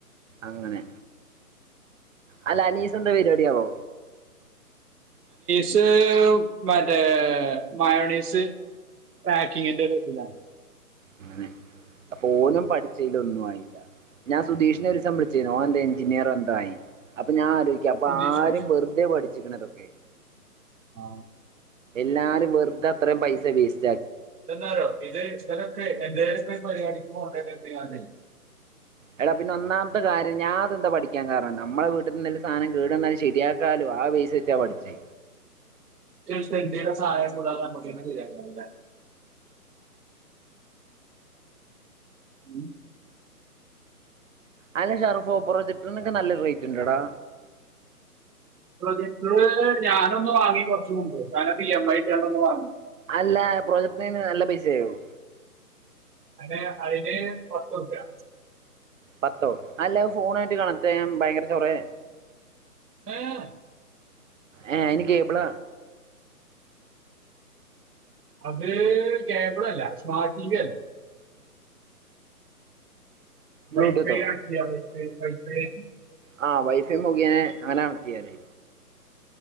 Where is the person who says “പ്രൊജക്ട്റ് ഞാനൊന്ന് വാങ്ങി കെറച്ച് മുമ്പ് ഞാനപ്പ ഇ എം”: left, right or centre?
Right